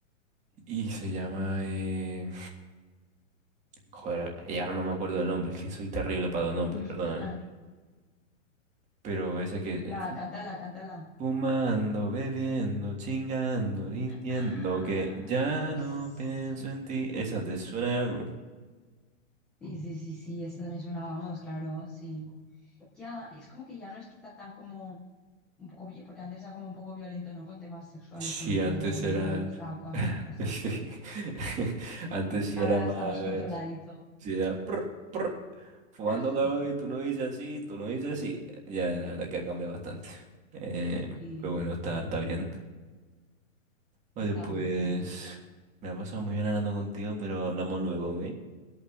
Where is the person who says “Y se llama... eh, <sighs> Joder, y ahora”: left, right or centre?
Right